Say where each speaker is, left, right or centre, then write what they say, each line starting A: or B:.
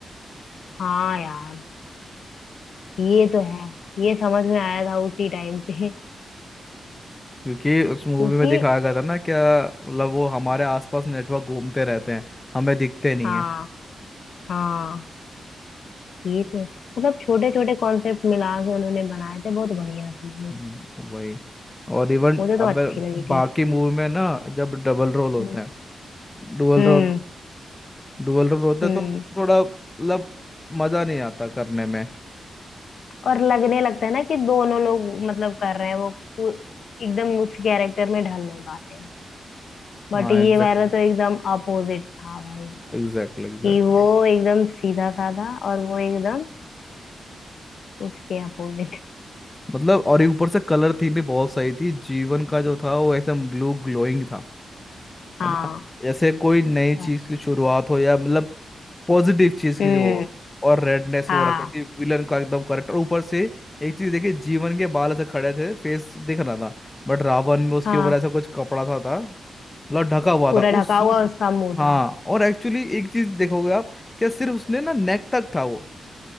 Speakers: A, on the left; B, on the left.
A: हाँ यार ये तो है ये समझ में आया था उसी टाइम पे
B: क्योंकि उस मूवी
A: क्योंकि
B: में दिखाया गया था ना क्या मतलब वो हमारे आसपास नेटवर्क घूमते रहते हैं हमें दिखते नहीं
A: हाँ हाँ ये तो है मतलब छोटे छोटे कॉन्सेप्ट मिला के उन्होंने बनाए थे बहुत बढ़िया थी वो।
B: हम्म, वही और इवन
A: मुझे तो
B: अब
A: अच्छी लगी
B: बाकी
A: थी
B: मूवी में ना जब डबल रोल होता
A: हम्म
B: है डुअल
A: हम्म
B: रोल डुअल रोल होता
A: हम्म।
B: है तो थोड़ा मतलब मजा नहीं आता करने में
A: और लगने लगता है ना कि दोनों लोग मतलब कर रहे हैं वो पू- एकदम उस कैरेक्टर में ढल नहीं पाते बट
B: हाँ
A: ये
B: एग्जैक्टली
A: वाला तो एकदम अपोजिट था भाई
B: एग्जैक्टली एग्जैक्टली
A: कि वो एकदम सीधा साधा और वो एकदम उसके अपोजिट
B: मतलब और ये ऊपर से कलर थीम भी बहुत सही थी जीवन का जो था वो ऐसे ब्लू ग्लोइंग था
A: हाँ
B: है ना जैसे कोई नई चीज
A: और-
B: की शुरुआत हो या मतलब पॉजिटिव चीज की
A: हम्म
B: जो हो और रेडनेस
A: हाँ
B: वो रखी थी विलन का एकदम करेक्ट और ऊपर से एक चीज देखिए जीवन के बाल ऐसे खड़े थे फेस दिख रहा था बट रावण में उसके
A: हाँ
B: ऊपर ऐसा कुछ कपड़ा था था मतलब ढका हुआ था
A: पूरा ढका
B: उस सूट
A: हुआ उसका मुंह
B: हाँ
A: था
B: और एक्चुअली एक चीज देखोगे आप क्या सिर्फ उसने ना नेक तक था वो